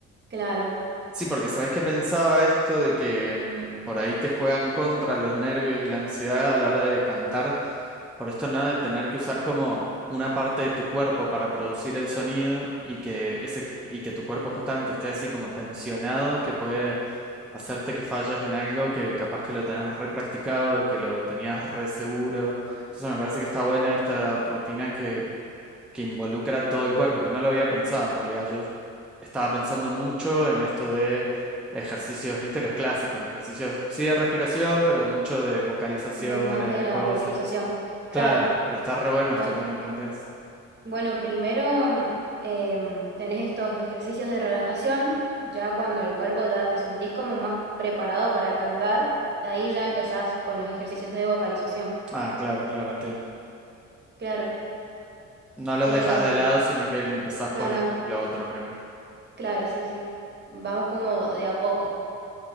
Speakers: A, on the right; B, in the centre.
A: claro,
B: Sí, porque sabes que pensaba esto de que mm, por ahí te juegan contra los nervios y la ansiedad a la hora de cantar, por esto no de tener que usar como una parte de tu cuerpo para producir el sonido y que ese y que tu cuerpo justamente esté así como tensionado, que puede hacerte que falles en algo que capaz que lo tenías re practicado, que lo tenías re seguro. Entonces me parece que está buena esta rutina que involucra todo el cuerpo, que no lo había pensado en realidad. Yo estaba pensando mucho en esto de ejercicios, viste, los clásicos, ejercicios, sí de respiración, pero mucho de vocalizaciones,
A: de más de
B: de
A: la
B: cosas.
A: vocalización. Claro,
B: Claro, pero está re bueno esto
A: bueno,
B: que me planteas.
A: Bueno, primero mm, em, tenés estos ejercicios de relajación, ya cuando el cuerpo ya te sentís como más preparado para cantar, de ahí ya empezás con los ejercicios de vocalización.
B: Ah, claro, claro, entiendo.
A: Claro.
B: No los
A: Em,
B: dejas de lado, sino que empezás
A: no,
B: por
A: no,
B: lo otro primero.
A: claro, sí, sí. Vamos como de a poco.